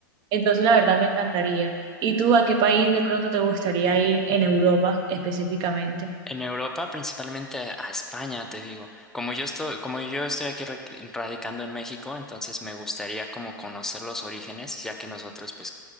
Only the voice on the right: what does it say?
Entonces, la verdad me encantaría. ¿Y tú a qué país de pronto te gustaría ir en Europa específicamente?